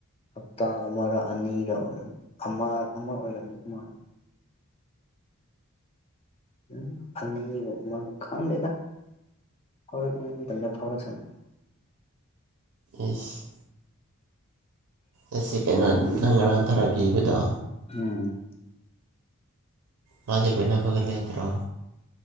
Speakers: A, on the left; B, on the right.
A: ꯍꯞꯇꯥ ꯑꯃꯔ ꯑꯅꯤꯔ ꯑꯣꯏꯔꯝ ꯑꯃ ꯑꯃ ꯑꯣꯏꯔꯝꯗꯧ ꯃꯥꯜꯂꯦ ꯎꯝ ꯑꯅꯤꯔ ꯑꯃꯔ ꯈꯪꯗꯦꯗ ꯍꯥꯎꯔꯛꯅꯤꯡꯕ ꯃꯇꯝꯗ ꯐꯥꯎꯔꯛꯁꯅꯨ
B: ꯏꯁ ꯑꯦ ꯁꯤ ꯀꯩꯅꯣ ꯅꯪ ꯉꯔꯥꯡ ꯊꯥꯔꯛ ꯄꯤꯕꯗꯣ
A: ꯎꯝ
B: ꯃꯥꯗꯤ ꯄꯣꯏꯅꯕꯒ ꯂꯩꯇ꯭ꯔꯣ